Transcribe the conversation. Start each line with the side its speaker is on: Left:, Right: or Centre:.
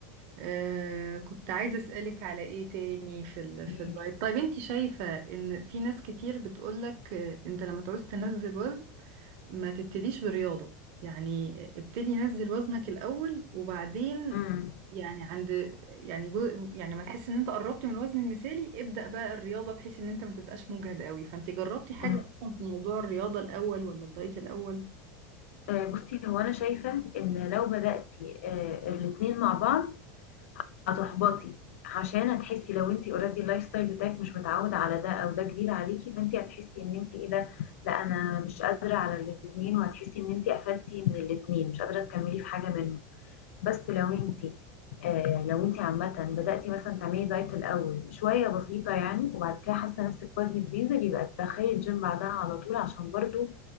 Right: آه كنت عايزة أسألك على ايه تاني في ال...
Left: قوليلي
Right: في الدايت طيب انت شايفة ان في ناس كتير بتقولك آه، انت لما تعوز تنزل وزن ما تبتديش برياضة يعني ابتدي نزل وزنك الأول وبعدين
Left: امم
Right: يعني عند يعني جو... يعني ما تحس ان انت قربت من الوزن المثالي ابدأ بقى الرياضة بحيث ان انت ما تبقاش مجهد قوي فانت جربتي حاجة
Left: امم.
Right: اصلا في موضوع الرياضة الأول ولا الدايت الأول
Left: آه، بصي هو انا شايفه ان لو بداتي آه، الاتنين مع بعض هتحبطي عشان هتحسي لو انت اوريدي اللايف ستايل بتاعك مش متعود على ده او ده جديد عليكي فانت هتحسي ان انت ايه ده لا انا مش قادره على الاثنين وهتحسي ان انت قفلتي من الاثنين مش قادره تكملي في حاجه منهم بس لو انت آه لو انت عامه بداتي مثلا تعملي دايت الاول شويه بسيطه يعني وبعد كده حاسه نفسك وزنك بينزل يبقى تدخلي الجيم بعدها على طول عشان برضو